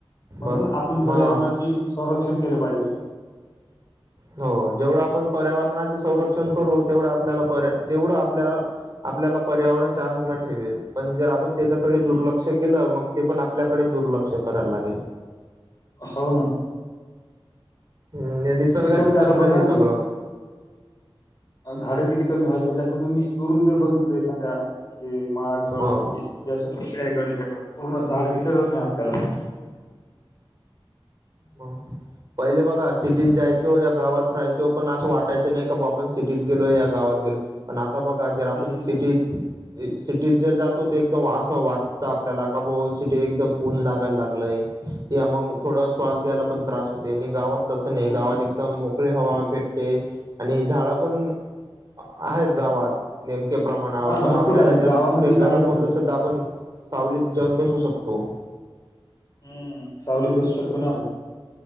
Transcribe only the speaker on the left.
म्हणून
आपूण
पर्यावरणाची संरक्षण केलं पाहिजे.
हम्म.
हाव ना.
त्याच्यामध्ये आता
बघा
अन झाडं किती कमी व्हाली म्हणजे असं तुम्ही दुरून जर बघितलं एखाद्या म्हणजे माळाचळ
याची म्हणजे असं पिशड्या आहे गडीच्याकड पूर्ण झाड दिसतच नाही आपल्याला
हम्म,
हम्म,
हम्म.
हा
भरपूर
आहेत
गावामध्ये
आहेत
भरपूर.
हम्म सावलीत बसू शकतो ना आपण